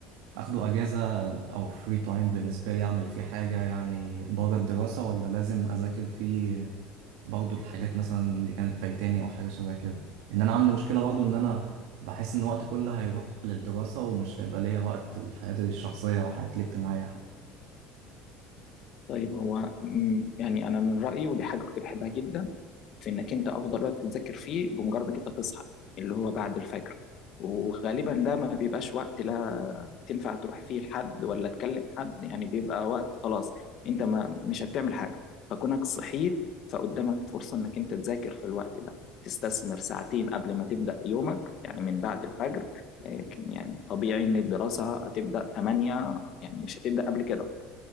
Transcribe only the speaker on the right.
اخده اجازة او فري تايم بالنسبة لي اعمل فيه حاجة يعني بره الدراسة ولا لازم اذاكر فيه برضو الحاجات مثلا اللي كانت فايتاني او حاجة شبه كده ان انا عندي مشكلة برضو ان انا بحس ان وقتي كله هيروح للدراسة ومش هيبقى ليا وقت لحياتي الشخصية او حياتي الاجتماعية حتى